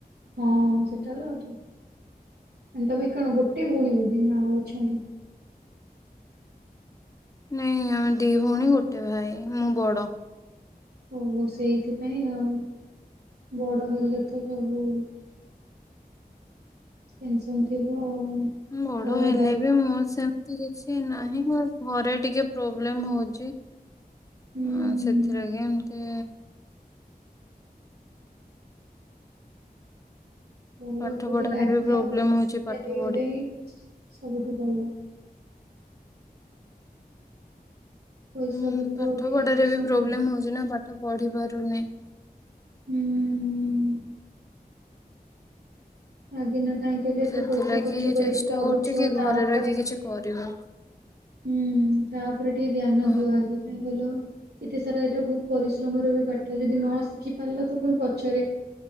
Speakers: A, on the right; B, on the left.
A: ହଁ ସେଟାରୁ ଆଉ ଠିକ ମାନେ ତମେ ଏକା ଗୋଟେ ଭୋଉଣୀ ବୋଧେ ନା ଆଉ ଅଛନ୍ତି?
B: ନାଇଁ ଆମେ ଦି ଭୋଉଣୀ ଗୋଟେ ଭାଇ ମୁଁ ବଡ।
A: ଓହୋ ସେଇଥିପାଇଁ ଆଉ ବଡ ହେଲେ ତ ସବୁ ଟେନସନ୍ ଥିବ ଆଉ।
B: ଉମ୍ ବଡ
A: ଘର
B: ହେଲେ
A: ଦାୟୀ
B: ବି ମୋ ସେମ୍ ମତି କିଛି ନାହିଁ ମୋର ଘରେ ଟିକେ ପ୍ରୋବ୍ଲେମ ହୋଉଚି
A: ହୁଁ
B: ଆ ସେଥିଲାଗି ଏମତି
A: ଭଲ
B: ପାଠ
A: କୋଉଠି
B: ପଢାରେ
A: ଲାଗିଯାଉ
B: ବି ପ୍ରୋବ୍ଲେମ
A: <unintelligible>
B: ହଉଛି
A: ସେଟେଲେ
B: ପାଠ
A: ହେଇଗଲେ
B: ପଢି
A: ହିଁ ସବୁଠୁ ଭଲ। ପଇସା
B: ଉଁ
A: ପତ୍ର
B: ପାଠ ପଢ଼ାରେ
A: ସଞ୍ଚୟ
B: ବି ପ୍ରୋବ୍ଲେମ୍ ହୋଉଚି ନା ପାଠ ପଢ଼ିପାରୁନି।
A: ଉଁହୁଁ। ଆଗେ ନା କାହିଁକି କହିଲେ ଏତେ
B: ସେଥିଲାଗି
A: ପଇସା ଖର୍ଚ୍ଚ କରିକି
B: ଚେଷ୍ଟା
A: ପଢୁଛ
B: କରୁଛି କି
A: ତାପରେ
B: ଘରେ ରହିକି କିଛି
A: ଆଗେ
B: କରିବା
A: ଉଁହୁଁ ତାଉପରେ ଟିକେ ଧ୍ୟାନ
B: ହଁ।
A: ଦିଅ ଆଗେ କାହିଁକି କହିଲ ଏତେ ସାରା ଏଟା ବୋହୁତ ପରିଶ୍ରମର ବି ପାଠ ଯଦି ନ ଶିଖି ପାରିଲ ତ ପୁଣି ପଛରେ